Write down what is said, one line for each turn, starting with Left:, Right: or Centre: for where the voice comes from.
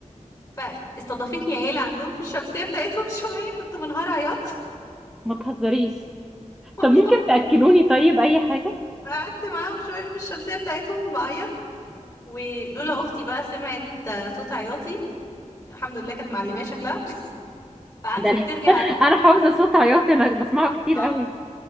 Left: فاستضافتني عيله عندهم في الشمسيه بتاعتهم <laughs> شويه كنت منهار عياط
Centre: ما تهزريش
Left: <laughs> والله.
Centre: طب ممكن تاكلوني طيب اي حاجه
Left: قعدت معاهم شوية في الشمسية بتاعتهم بعيط ولولا أختي بقى سمعت آه، صوت عياطي الحمد لله كانت معلمية شكلها فقعدت
Centre: ده ال-
Left: ترجع
Centre: <laughs> انا حافظه صوت عياط انا بسمعه كتير
Left: اه
Centre: قوي